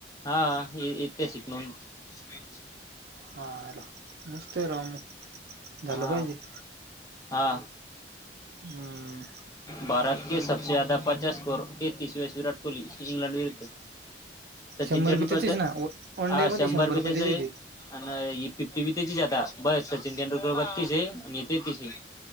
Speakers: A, on the left; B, on the right.
A: हा इ-इथे शिकनोन. <unintelligible>
B: हा आला मस्तय राव मग झालं
A: हा
B: पाहिजे.
A: हा!
B: हूं!
A: भारत के सबसे ज्यादा पचास स्कोर, तेतीस वेळेस विराट कोहली इंग्लॅड विरुद्ध. सचिन
B: शंभर
A: तेंडुलकरच
B: बी त्याचेच ना वन
A: हा
B: डे
A: शंभर
B: मध्ये
A: बी त्याच
B: पण त्याचेच
A: आहे. न ही फिफ्टी बी तेचीच हे आता ब सचिन तेंडुलकर बतीस हे आणि हे तेतीस हे.